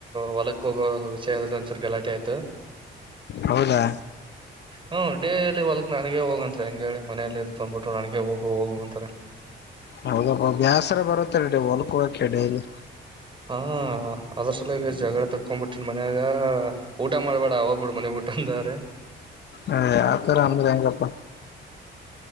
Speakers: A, on the right; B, on the left.
A: ಹೊಲಕ್ ಹೋಗೋ ವಿಷಯದಲ್ಲಿ ಒಂದ್ಸೂರು ಗಲಾಟೆ ಆಯ್ತು
B: ಹೌದಾ
A: ಹ್ಮ ಡೇಲಿ ಹೊಲಕ್ ನನಗ ಹೋಗ ಅಂತ ಹೆಂಗಗೆ ಹೇಳಿ ಮನೆಯಲ್ಲಿ ಇದದ್ಕೊಂಡ್ಬಿಟ್ಟು ನನಗ ಹೋಗು ಹೋಗು ಅಂತಾರೆ
B: ಹೌದಪ್ಪ ಬೇಸರ ಬರುತ್ತ ರ ಹೊಲ್ಕ ಹಕಡಲ್ಲಿ
A: ಹ್ಮ ಅದ್ರ ಸಲ ಈಗ ಜಗಳ ತಕೊಬಿಟ್ಟನ್ ಮನ್ಯಾಗ ಊಟ ಮಾಡ್ಬೇಡ ಆಗ್ಬಿಡು ಮನೆಬಟ್ಟ ಅಂತಾರೆ
B: ಹ ಯತ್ರರ ಅಂದರೆಂಗಪ್ಪ